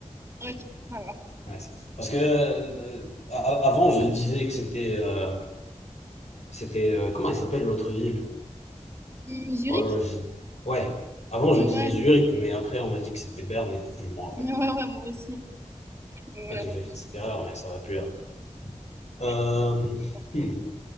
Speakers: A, on the right; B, on the left.
A: Ok, ça va.
B: Ouais, c'est- Parce que euh, a- a- avant, je disais que c'était euh, c'était euh, comment il s'appelle l'autre ville?
A: Hmm, Zurich?
B: Oh là je- Ouais. Avant, je
A: Ouais.
B: disais Zurich,
A: <laughs>
B: mais après, on m'a dit que c'était Berne, mais du coup, je m'en rappelle.
A: Ouais, ouais, ouais, moi aussi. Mais
B: Ok,
A: on l'a
B: j'ai
A: retenu.
B: fait cette erreur, mais ça aurait pu. être. Euh,
A: Ouais. donc, bon.
B: hmm.